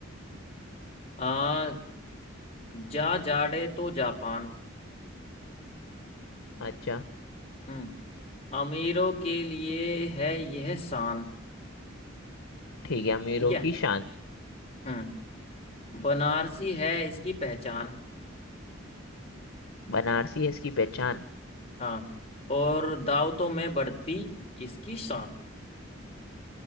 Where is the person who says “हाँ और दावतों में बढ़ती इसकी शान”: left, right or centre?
Left